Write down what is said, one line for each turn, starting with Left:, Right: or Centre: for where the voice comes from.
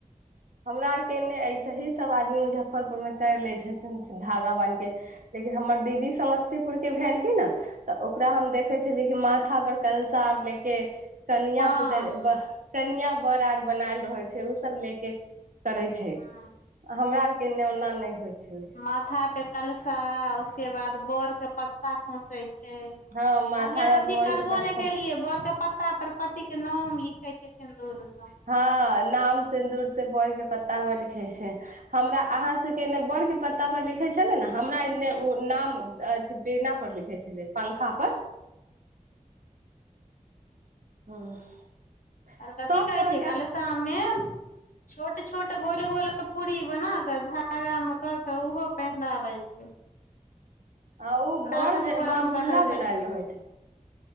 Right: हमरा आरके एन्ने ऐसे ही सभ आदमी मुजफ्फरपुर मे करि ले छथिन धागा बान्हिके के लेकिन हमर दीदी समस्तीपुर के भेलखिन न तऽ ओकरा हम देखै छलिय कि माथा पर कलशा आर लेके कनआ
Left: हँ
Right: पुतर ब कनिया बड़ आर बनायल रहै छै उऽ सब ले के करै छै
Left: हँ
Right: हमरा आरके किने ओना नहि होइ छलै
Left: माथा पे कलशा उसके बाद बर के पत्ता खोसे छै
Right: हँ माथा
Left: हमे तऽ
Right: मे
Left: अथी
Right: बर
Left: करबो
Right: के पत्ता
Left: नहि केलियै बरके पत्ता पर के नाम लिखै छै सिन्दूर सँ
Right: हँ नाम सिन्दूर से बर के पत्ता पर लिखै छै हमरा अहाँ से के एने बर के पत्ता पर लिखे छलै न हमरा एने उ नाम अथि बेना पर लिखे छलै पंखा पर <unintelligible>
Left: आर कथी
Right: सब
Left: कहै
Right: जगह
Left: छै
Right: के
Left: कालशामे छोट छोट गोल गोल पूरी बना कऽ धागामे कऽ कऽ ओहो पहिनाबै छै
Right: ह ओ बड़
Left: कलशाके
Right: जे
Left: ऊपर
Right: बड़गुल्ला
Left: आम रखल जाइ
Right: बनायल रहै छै